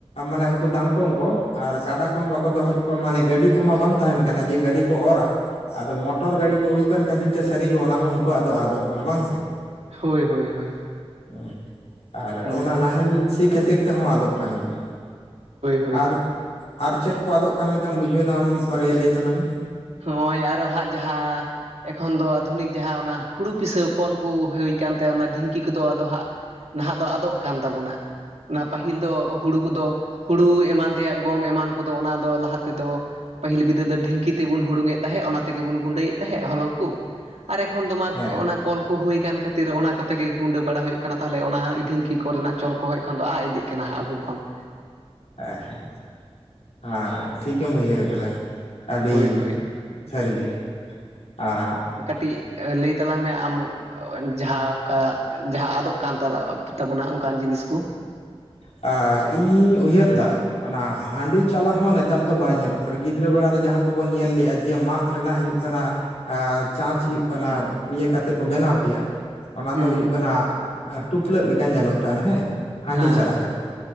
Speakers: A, on the left; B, on the right.
A: ᱢᱟᱱᱮ ᱩᱱᱠᱩ ᱫᱟᱢ ᱠᱚᱢ ᱠᱚ ᱟᱨ ᱠᱟᱰᱟ ᱠᱚᱦᱚᱸ ᱵᱟᱠᱚ ᱫᱚᱦᱚᱭᱮᱫ ᱠᱚᱣᱟ ᱢᱟᱱᱮ ᱜᱟᱹᱰᱤ ᱠᱚᱢᱟ ᱵᱟᱝ ᱛᱟᱦᱮᱱ ᱠᱟᱱᱟ ᱡᱮ ᱜᱟᱹᱰᱤ ᱠᱚ ᱚᱨ-ᱟ ᱟᱫᱚ ᱢᱚᱴᱚᱨ ᱜᱟᱹᱰᱤ ᱠᱚ ᱩᱰᱩᱠᱟᱱ ᱠᱷᱟᱹᱛᱤᱨ ᱛᱮ ᱥᱟᱹᱨᱤᱜᱮ ᱚᱱᱟ ᱦᱚᱸ ᱩᱱᱠᱩᱣᱟᱜ ᱫᱚ ᱟᱫᱚᱜ ᱠᱟᱱᱟ ᱵᱟᱝ ᱥᱮ?
B: ᱦᱳᱭ ᱦᱳᱭ ᱦᱳᱭ
A: ᱩᱸ ᱟᱨ
B: ᱦᱳᱭ
A: ᱚᱱᱟ ᱱᱟᱦᱮᱞ ᱥᱤ ᱠᱷᱟᱹᱛᱤᱨ ᱛᱮᱦᱚᱸ ᱟᱫᱚᱜ ᱠᱟᱱ ᱜᱮᱭᱟ᱾
B: ᱦᱳᱭ
A: ᱟᱨ ᱟᱨ ᱪᱮᱫ ᱠᱚ ᱟᱫᱚᱜ ᱠᱟᱱ ᱞᱮᱠᱟᱢ ᱵᱩᱡᱷᱟᱹᱣ ᱫᱟ ᱟᱢ ᱢᱤᱫ ᱵᱟᱨᱭᱟ ᱞᱟᱹᱭ ᱛᱟᱞᱟᱝ ᱢᱮ?
B: ᱦᱚᱜ-ᱚᱭ ᱟᱨᱚ ᱦᱟᱸᱜ ᱡᱟᱦᱟᱸ ᱮᱠᱷᱚᱱ ᱫᱚ ᱟᱫᱷᱩᱱᱤᱠ ᱡᱟᱦᱟᱸ ᱚᱱᱟ ᱦᱩᱲᱩ ᱯᱤᱥᱟᱹᱣ ᱠᱚᱞ ᱠᱩ ᱦᱩᱭ ᱠᱟᱱ ᱛᱮ ᱚᱱᱟ ᱰᱷᱤᱝᱠᱤ ᱠᱚᱫᱚ ᱟᱫᱚ ᱦᱟᱸᱜ ᱱᱟᱦᱟᱜ ᱫᱚ ᱟᱫᱚᱜ ᱠᱟᱱ ᱛᱟᱵᱩᱱᱟ᱾ ᱚᱱᱟ ᱯᱟᱹᱦᱤᱞ ᱫᱚ ᱦᱩᱲᱩ ᱠᱚᱫᱚ ᱦᱩᱲᱩ ᱮᱢᱟᱱ ᱛᱮᱭᱟᱜ ᱜᱚᱢ ᱮᱢᱟᱱ ᱠᱚᱫᱚ ᱚᱱᱟ ᱫᱚ ᱞᱟᱦᱟ ᱛᱮᱫᱚ ᱯᱟᱹᱦᱤᱞ ᱵᱤᱫᱟᱹᱞ ᱫᱚ ᱰᱷᱤᱝᱠᱤ ᱛᱮᱵᱩᱱ ᱦᱩᱲᱩᱝ ᱮᱫ ᱛᱟᱦᱮᱸᱫ ᱚᱱᱟ ᱛᱮᱜᱮᱵᱩᱱ ᱜᱩᱸᱰᱟᱹᱭᱮᱫ ᱛᱟᱦᱮᱸᱫ, ᱦᱚᱞᱚᱝ ᱠᱩ ᱟᱨ ᱮᱠᱷᱚᱱ ᱫᱚ ᱢᱟ
A: ᱦᱮᱸ
B: ᱚᱱᱟ ᱠᱚᱞ ᱠᱚ ᱦᱩᱭ ᱟᱠᱟᱱ ᱠᱷᱟᱹᱛᱤᱨ ᱚᱱᱟ ᱠᱚᱛᱮᱜ ᱜᱮ ᱜᱩᱸᱰᱟᱹ ᱵᱟᱲᱟ ᱦᱩᱭᱩᱜ ᱠᱟᱱᱟ, ᱛᱟᱦᱞᱮ ᱚᱱᱟ ᱰᱷᱤᱝᱠᱤ ᱠᱚᱨᱮᱱᱟᱜ ᱪᱚᱞ ᱠᱚᱦᱚᱸ ᱮᱠᱷᱚᱱ ᱫᱚ ᱟᱜ ᱤᱫᱤᱜ ᱠᱟᱱᱟ ᱦᱟᱸᱜ ᱟᱵᱩ ᱠᱷᱚᱱ᱾
A: ᱦᱮᱸ ᱦᱮᱸ ᱟᱸᱭ ᱴᱷᱤᱠ ᱠᱮᱢ ᱩᱭᱦᱟᱹᱨ ᱟᱠᱟᱫᱟ᱾ ᱟᱹᱰᱤ
B: ᱦᱳᱭ ᱦᱳᱭ
A: ᱥᱟᱹᱨᱤᱜᱮ ᱟᱸ
B: ᱴᱤᱜ ᱞᱟᱹᱭ ᱛᱟᱞᱟᱝ ᱢᱮ ᱟᱢ, ᱡᱟᱦᱟᱸ ᱚᱝᱠᱟ ᱡᱟᱦᱟᱸ ᱟᱫᱚᱜ ᱠᱟᱱ ᱛᱟᱞᱟ ᱛᱟᱵᱚᱱᱟ ᱚᱱᱠᱟᱱ ᱡᱤᱱᱤᱥᱠᱩ᱾
A: ᱟᱸ ᱤᱧᱤᱧ ᱩᱭᱦᱟᱹᱨ ᱫᱟ ᱚᱱᱟ ᱦᱟᱺᱰᱤ ᱪᱟᱞᱟ ᱦᱚᱸ ᱱᱮᱛᱟᱨ ᱫᱚ ᱵᱟᱭ ᱧᱮᱞᱚᱜ ᱠᱟᱱᱟ, ᱜᱤᱫᱽᱨᱟᱹ ᱵᱮᱲᱟ ᱨᱮ ᱡᱟᱦᱟᱸ ᱠᱚᱵᱚᱱ ᱧᱮᱞ ᱞᱮᱜ-ᱟ ᱡᱮ ᱢᱟᱫ ᱨᱮᱱᱟᱜ ᱭᱩᱜ ᱠᱟᱱᱟ ᱟᱸ ᱪᱟᱸᱪ ᱦᱩᱭᱩᱜ ᱠᱟᱱᱟ, ᱤᱭᱟᱹ ᱠᱟᱛᱮᱜ ᱠᱚ ᱵᱮᱱᱟᱣ ᱠᱮᱭᱟ, ᱚᱱᱟ
B: ᱦᱩᱸ
A: ᱫᱚ ᱦᱩᱭᱩᱜ
B: ᱦᱩᱸ
A: ᱠᱟᱱᱟ ᱴᱩᱯᱞᱟᱹᱜ ᱞᱮᱠᱟ ᱧᱮᱞᱚᱜ ᱛᱟᱦᱮᱱ ᱦᱮᱸ,
B: ᱦᱮᱸ
A: ᱦᱟᱺᱰᱤ ᱪᱟᱞᱟ
B: ᱦᱮᱸ
A: ᱠᱟᱱᱟ